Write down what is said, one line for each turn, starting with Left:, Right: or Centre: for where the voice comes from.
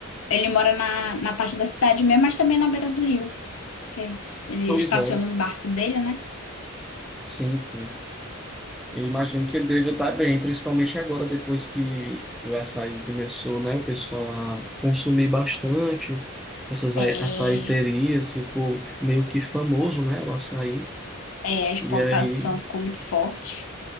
Left: Ele mora na, na parte da cidade mesmo, mas também na beira do rio. que Ele
Centre: Pois
Left: estaciona
Centre: é,
Left: os barcos dele, né?
Centre: sim, sim. Eu imagino que ele deve estar bem, principalmente agora, depois que o açaí começou, né? O pessoal a consumir bastante essas
Left: É,
Centre: ai- açaiterias, ficou meio que famoso, né? O açaí.
Left: é, a exportação
Centre: E aí
Left: ficou muito forte.